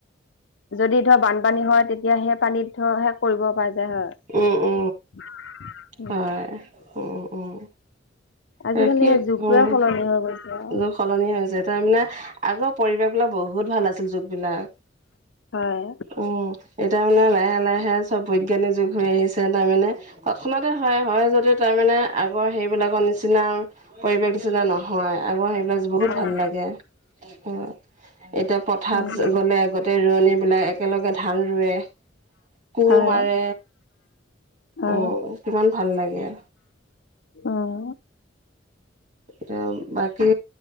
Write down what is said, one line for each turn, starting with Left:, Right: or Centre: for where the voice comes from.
Left: যদি ধৰ বানপানী হয় তেতিয়া সেই পানীত ধৰ হে কৰিব পাই যায় হয়।
Right: উম-উম।
Left: <inaudible>
Right: হয়, উম-উম,
Left: আজিকালি
Right: তাকে
Left: সেই যুগটোৱে
Right: উম।
Left: সলনি হৈ গৈছে আৰু
Right: <unintelligible> সলনি হৈছে তাৰমানে, আগৰ পৰিৱেশ বিলাক বহুত ভাল আছিল, যুগ বিলাক।
Left: হয়।
Right: উম, এতিয়া মানে লাহে-লাহে চব বৈজ্ঞানিক যুগ হৈ আহিছে তাৰমানে। তৎক্ষণতে হয়, হয় যদিও তাৰমানে আগৰ সেইবিলাকৰ নিচিনা পৰিৱেশ নিচনা নহয়, আগৰ সেই বিলাক বহুত
Left: হয়
Right: ভাল লাগে। অ', এতিয়া পথাৰত
Left: উম
Right: গ'লে গোটেই ৰোৱনী বিলাক একেলগে ধান ৰুৱে কোৰ
Left: হয়
Right: মাৰে,
Left: হয়
Right: অ', কিমান ভাল লাগে।
Left: উম
Right: এতিয়া বাকী,